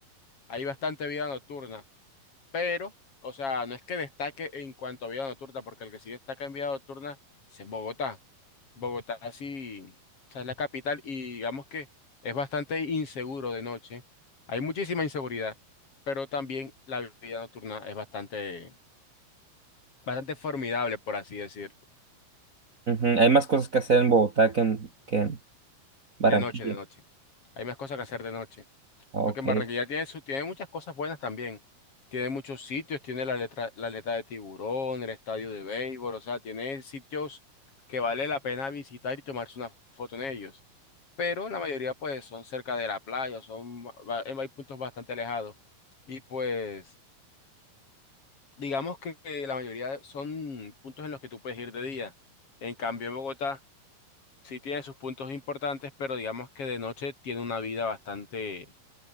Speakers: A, on the left; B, on the right.
A: hay bastante vida nocturna, pero, o sea, no es que destaque en cuanto a vida nocturna, porque el que sí destaca en vida nocturna es en Bogotá. Bogotá sí, o sea, es la capital y digamos que es bastante inseguro de noche. Hay muchísima inseguridad, pero también la vida nocturna es bastante, bastante formidable, por así decir,
B: ujú, hay más cosas que hacer en Bogotá que en, que en Barranquilla.
A: de noche, de noche. Hay más cosas que hacer de noche.
B: Ah,
A: Porque
B: Ok.
A: en Barranquilla tiene, su, tiene muchas cosas buenas también. Tiene muchos sitios, tiene la letra, la aleta de tiburón, el estadio de béisbol, o sea, tiene sitios que vale la pena visitar y tomarse una foto en ellos. Pero la mayoría pues son cerca de la playa, son, ba- ba- hay puntos bastante alejados. Y pues digamos que la mayoría son puntos en los que tú puedes ir de día. En cambio, en Bogotá sí tiene sus puntos importantes, pero digamos que de noche tiene una vida bastante,